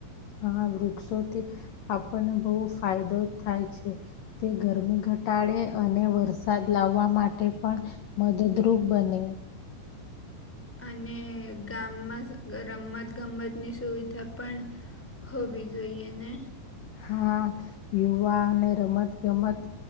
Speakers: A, on the left; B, in the centre.
A: હા વૃક્ષોથી આપણને બહુ ફાયદો થાય છે તે ગરમી ઘ ઘ ટાળે અને વરસાદ લાવવા માટે પણ મદદરૂપ બને
B: <inaudible> અને ગામમાં રમત ગમતની સુવિધા પણ હોવી જોઈએ ને
A: હા યુવાને રમત ગમત